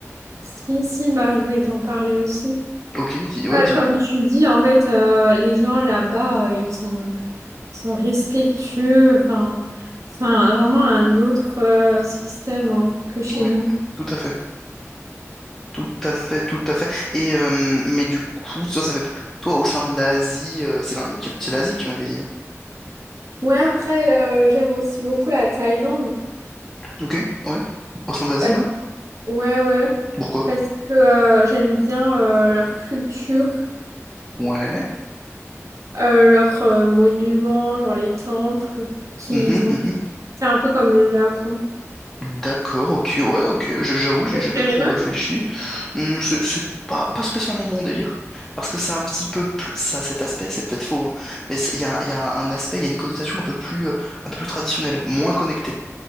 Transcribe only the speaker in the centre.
Ok, dis- ouais,
dis-moi.
Ouais,
tout à fait. Tout à fait, tout à fait. Et euh, mais du coup, toi, ça fait pas- toi au sein de l'Asie, euh, c'est l'Inde qui- c'est l'Asie que tu m'avais dit. hein.
Ok, ouais. Au sein de l'Asie,
ouais.
Pourquoi?
Ouais.
Mhm,
mhm.
D'accord, ok, ouais, ok. J- J'avoue, j'ai
jamais
trop
réfléchi. Hmm, c'est c'est pas, pas spécialement mon délire. Parce que c'est un petit peu plus. Ça, cet aspect, c'est peut-être faux, hein, mais il y a, y a un aspect, il y a une connotation un peu plus, euh, un peu plus traditionnelle, moins connectée.